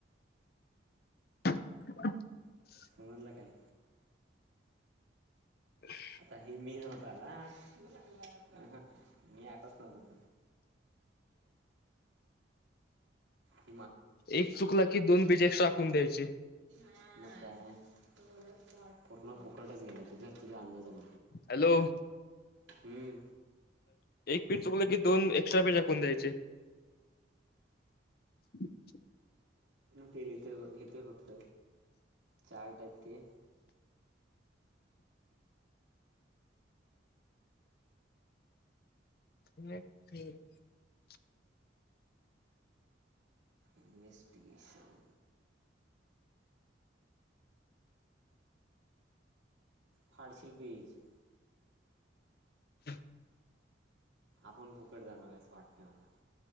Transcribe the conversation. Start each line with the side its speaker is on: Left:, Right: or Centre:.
Left: <inaudible>
Right: समजलं काय
Left: <inaudible>
Right: आता हे मी नव्हत आला हं हं मी आताच नव्हत <unintelligible>
Left: एक चुकला की दोन बीज <unintelligible> टाकून द्यायचे
Right: म काय पूर्ण- फुकटच गेलं ते धरतीच्या अंदाजान
Left: हॅलो
Right: हम्म
Left: एक पेज चुकलं की दोन एक्स्ट्रा पेज टाकून द्यायचे. <inaudible>
Right: तेल इथ घेतय फक्त चार टाईप ते
Left: <inaudible>
Right: इन्वेस्टियसन फाडशील पेज
Left: <inaudible>
Right: आपण फुकट जाणार असं वाटतंय मला